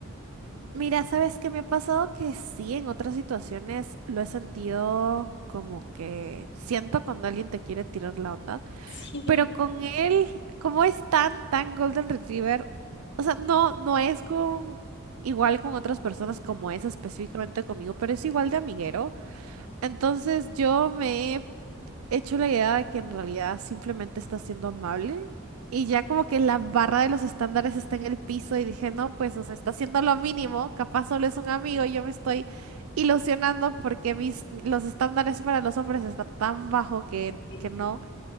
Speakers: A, on the right (about 90°); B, on the left (about 55°).
A: Mira, ¿sabes qué me ha pasado? Que sí, en otras situaciones lo he sentido como que siento cuando alguien te quiere tirar la onda,
B: <laughs>
A: pero con él, como es tan, tan Golden Retriever, o sea, no, no es con igual con otras personas como es específicamente conmigo, pero es igual de amiguero. Entonces yo me he hecho la idea de que en realidad simplemente está siendo amable y ya como que la barra de los estándares está en el piso y dije, no, pues, o sea, está haciendo lo mínimo, capaz solo es un amigo y yo me estoy ilusionando porque mis, los estándares para los hombres están tan bajo que,
B: Sí.
A: que no.
B: <laughs>